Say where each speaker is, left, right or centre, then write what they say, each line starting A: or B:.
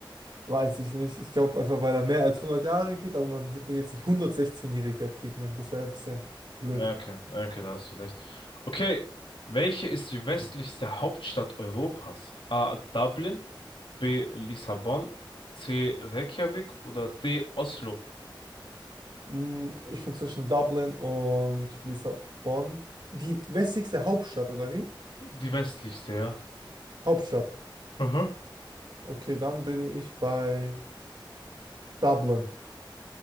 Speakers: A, on the right; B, on the left.
A: Weiß ich nicht. Ich glaube einfach, weil er mehr als hundert Jahre geht, aber man wird den jetzt nicht 116-jähriger Krieg nennen. Das wäre ja ein bisschen blöd.
B: Ja, Okay, ja, okay, da hast du recht. Okay, welche ist die westlichste Hauptstadt Europas? A. Dublin, B. Lissabon, C. Reykjavik oder D. Oslo?
A: Mm, Ich bin zwischen Dublin und Lissabon. Die westlichste Hauptstadt, oder wie?
B: Die westlichste, ja.
A: Hauptstadt.
B: Aha.
A: Okay, dann bin ich bei Dublin.